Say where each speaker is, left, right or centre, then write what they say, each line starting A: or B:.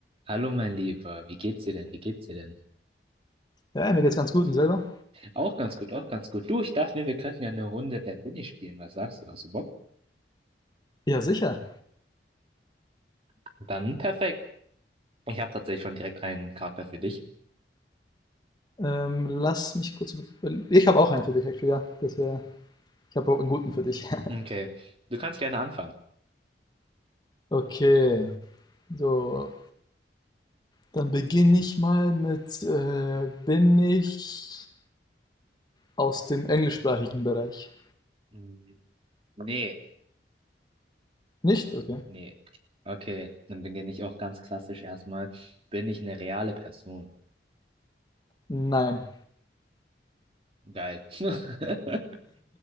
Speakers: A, on the right; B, on the left.
A: Hallo mein Lieber, wie geht's dir denn? Wie geht's dir denn?
B: Ja, mir geht's ganz gut und selber?
A: Auch ganz gut, auch ganz gut. Du, ich dachte mir, wir könnten ja eine Runde Wer bin ich spielen. Was sagst du? Hast du Bock?
B: Ja, sicher.
A: Dann perfekt. Ich habe tatsächlich schon direkt einen Charakter für dich.
B: Ähm, lass mich kurz überlegen. Ich habe auch einen für dich, actually, ja. Das wär, ich habe auch einen guten für dich. <laughs>
A: Okay, du kannst gerne anfangen.
B: Okay, so, dann beginne ich mal mit, äh, bin ich aus dem englischsprachigen Bereich?
A: Mm, Nee,
B: Nicht? Okay.
A: nee. Okay, dann beginne ich auch ganz klassisch erstmal. Bin ich eine reale Person?
B: Nein.
A: Geil. <laughs>